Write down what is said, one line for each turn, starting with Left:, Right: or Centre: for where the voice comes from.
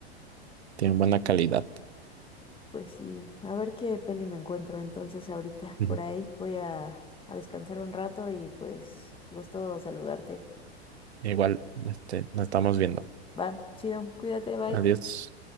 Right: tiene buena calidad.
Left: Pues sí, a ver qué peli me encuentro entonces ahorita.
Right: Ujú.
Left: Por ahí voy a, a descansar un rato y pues gusto saludarte.
Right: Igual, este, nos estamos viendo.
Left: Va, chido, cuídate, bye.
Right: Adiós.